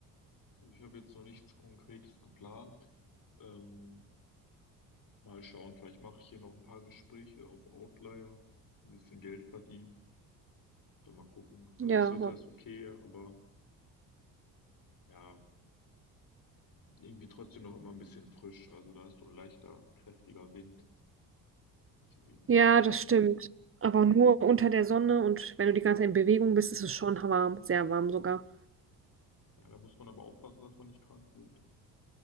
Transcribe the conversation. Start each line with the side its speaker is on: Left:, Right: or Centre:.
Left: Also Ich habe jetzt noch nichts Konkretes geplant. Ähm, Mal schauen, vielleicht mache ich hier noch ein paar Gespräche auf Outlier, ein bisschen Geld verdienen, dann mal gucken. Also
Right: Ja.
Left: das Wetter ist okay, aber ja, irgendwie trotzdem noch immer ein bisschen frisch. Also da ist so ein leichter, kräftiger Wind. Deswegen,
Right: Ja, das
Left: also
Right: stimmt. Aber nur unter der Sonne und wenn du die ganze Zeit in Bewegung bist, ist es schon warm, sehr warm sogar.
Left: ja, da muss man aber aufpassen, dass man nicht krank wird.